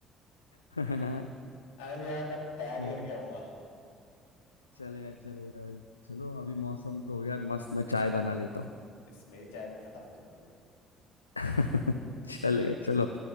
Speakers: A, on the left (about 85°); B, on the left (about 70°).
A: <laughs>
B: अरे यार मैं तैयारी
A: चले
B: करके आऊंगा
A: चलेगा चलेगा भाई चलो अभी मौसम तो हो गया मस्त मैं चाय बना लेता हूँ
B: इस मेरी चाय भी खत्म हो चुकी है
A: <laughs> चलेगा चलो